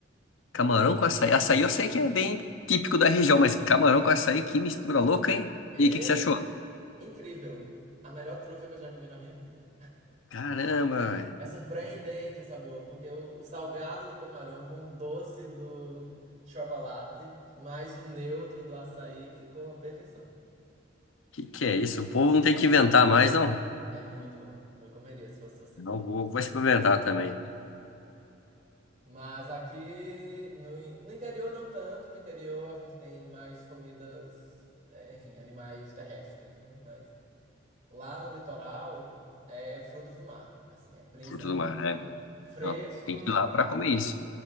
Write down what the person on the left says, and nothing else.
camarão com açaí. Açaí eu sei que é bem típico da região, mas camarão com açaí, que mistura louca, hein?
E aí, o que que você achou?
Caramba, velho.
Que que é isso? O povo não tem que inventar mais, não?
Não,
vou, vou experimentar também.
Fruto do mar,
é.
Não, tem que ir lá
pra comer isso.